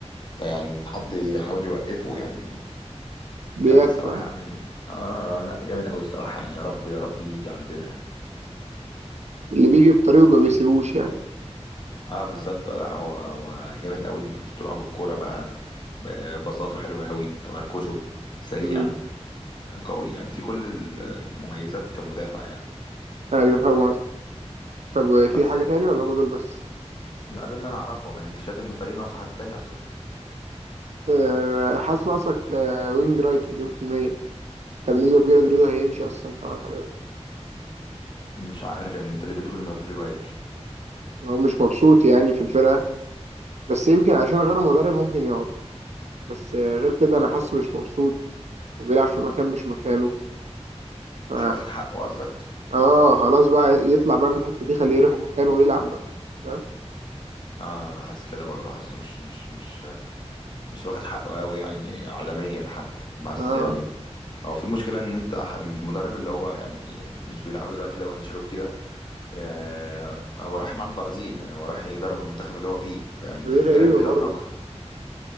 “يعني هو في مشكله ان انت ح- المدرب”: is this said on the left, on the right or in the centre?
Left